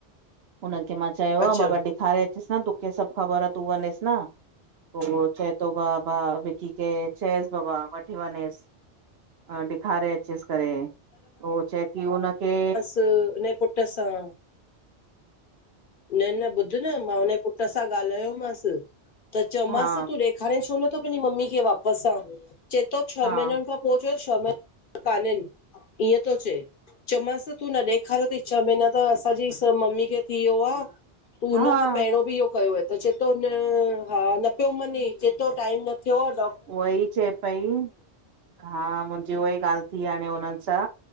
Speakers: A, on the right (about 65°); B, on the left (about 55°).
A: हुनखे मां चयो
B: अच्छा
A: आहे। बाबा ॾेखारे असा न तूंखे सभ ख़बर आहे। तूं वनञेस न। पोइ चए थो भाउ भाउ विकी खे चयेस पोइ भाउ वठी वञेसि। अ ॾेखारे अचसि करे उह चए की हुनखे
B: त हिन पुट सां। न, न ॿुध न मां हुनजे पुट सां ॻाल्हायोमस त चयोमांस
A: हा
B: तूं ॾे खणे छो नथ पंहिंजी मम्मी खे वापसि सां चए थो छह
A: हा
B: महीननि खां पोइ जो <unintelligible> काननि ईअं थो चए चव मास तूं न ॾेखारियो थई छह महीना त असांजी स मम्मी खे थी वियो आह। तूं हुन
A: हा
B: खां पहिरियों बि इहो कयोवय। त चए थो, न हा, न पियो मञे चए तो टाइम न थियो आ
A: उ वई चए पई हा मुंहिंजी उहाई ॻाल्हि थी हाणे हुननि सां